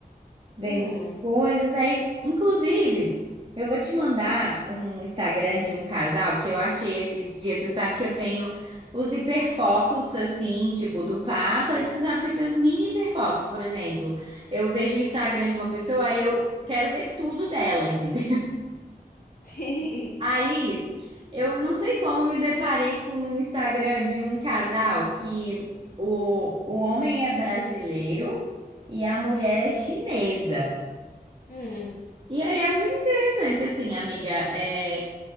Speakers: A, on the right; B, on the left.
A: vendo
B: Hum,
A: coisas.
B: <laughs>
A: Aí, inclusive, eu vou te mandar um Instagram de um casal que eu achei esses dias. Você sabe que eu tenho os hiperfocos, assim, tipo, do Papa, e você sabe que eu tenho os mini hiperfocos, por exemplo. Eu vejo o Instagram de uma pessoa, aí eu quero ver tudo dela, entendeu?
B: sim.
A: Aí, eu não sei como me deparei com um Instagram de um casal que o, o homem é brasileiro e a mulher é chinesa.
B: Hum.
A: E aí é muito interessante, assim, amiga, é,